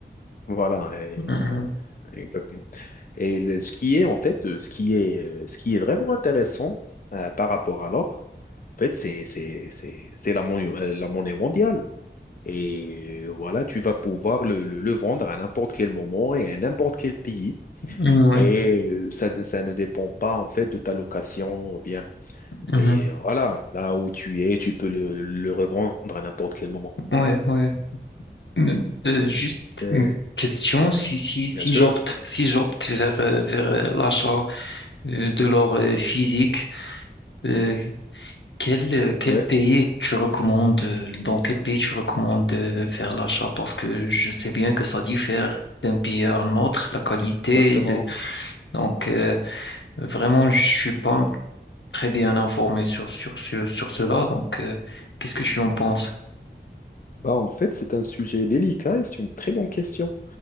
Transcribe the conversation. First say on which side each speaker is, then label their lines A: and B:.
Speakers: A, on the left (about 50°); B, on the left (about 85°).
A: Voilà, et-
B: Mhm.
A: exactement. Et le- ce qui est, en fait, euh, ce qui est, euh, ce qui est vraiment intéressant euh, par rapport à l'or, en fait, c'est c'est- c'est- c'est la, mon- euh, la monnaie mondiale. Et euh, voilà, tu vas pouvoir le, le- le vendre à n'importe quel moment et à n'importe quel pays.
B: Mm, Ouais.
A: Et euh, ça, ça ne dépend pas en fait de ta location ou bien.
B: Mhm.
A: Et euh, voilà, là où tu es, tu peux le, le revendre à n'importe quel moment.
B: Ouais. Ouais. Mais, euh, juste
A: C'est
B: une question. Si, si, si
A: bien sûr.
B: j'opte, si j'opte vers, euh, vers euh, l'achat euh, de l'or euh, physique, euh, Quel, euh, quel
A: Ouais,
B: pays tu recommandes, euh, dans quel pays tu recommandes euh, faire l'achat? Parce que je sais bien que ça diffère d'un pays à un autre, la qualité.
A: exactement.
B: le- Donc, euh, vraiment, je suis pas très bien informé sur, sur, sur, sur cela. Donc, euh, qu'est-ce que tu en penses?
A: Bah, en fait, c'est un sujet délicat et c'est une très bonne question.